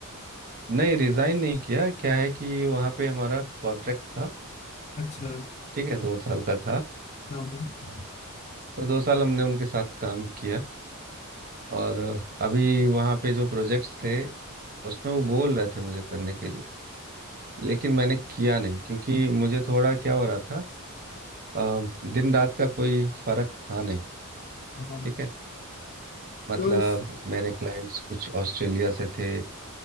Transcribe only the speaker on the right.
नहीं रिजाइन नहीं किया क्या है कि वहाँ पे हमारा कॉन्ट्रैक्ट था
ठीक है दो साल का था
तो दो साल हमने उनके साथ काम किया और अभी वहाँ पे जो प्रोजेक्ट्स थे उसमें वो बोल रहे थे मुझे करने के लिए लेकिन मैंने किया नहीं क्योंकि मुझे थोड़ा क्या हो रहा था अ, दिन रात का कोई फर्क था नहीं
ठीक है मतलब
मेरे क्लाइंट्स कुछ ऑस्ट्रेलिया से थे